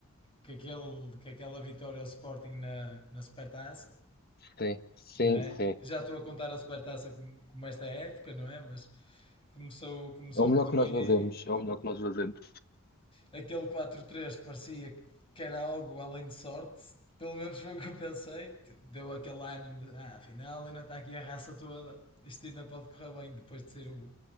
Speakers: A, on the left; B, on the left.
A: com, aquele, com aquela vitória ao Sporting na, na Supertaça,
B: Sim, sim,
A: não é?
B: sim.
A: Já estou a contar a Supertaça como, como esta época, não é? Mas começou, começou
B: É o melhor
A: muito
B: que
A: bem
B: nós fazemos,
A: aí.
B: é o melhor que nós fazemos.
A: Aquele quatro três parecia que era algo além de sorte. Pelo menos foi o que eu pensei. Tipo, Deu aquele ânimo de, ah, afinal ainda está aqui a raça toda. Isto ainda pode correr bem depois de ser o